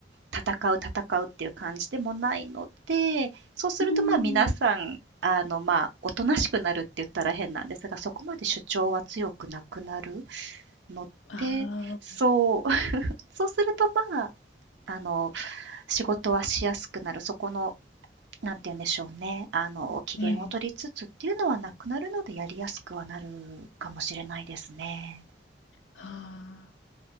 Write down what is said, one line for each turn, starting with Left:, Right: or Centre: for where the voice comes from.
Right: 戦う戦うっていう感じでもないので、そうするとまあ皆さん、
Left: うん。
Right: あのまあおとなしくなるって言ったら変なんですが、そこまで主張は強くなくなるので、
Left: あ
Right: そう <laughs>、そうするとまあ、あの仕事はしやすくなる、そこの、なんて言うんでしょうね、あの機嫌を取りつつっていうのはなくなるので、
Left: あ、はい。
Right: やりやすくはなるかもしれないですね。
Left: ああ。